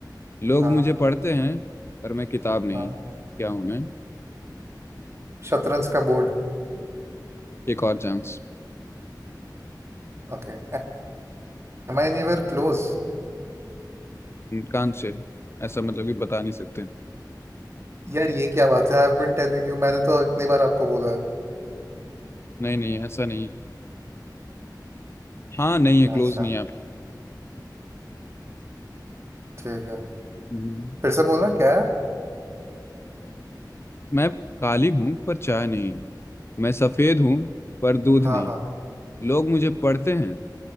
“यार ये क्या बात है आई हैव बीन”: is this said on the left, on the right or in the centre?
Right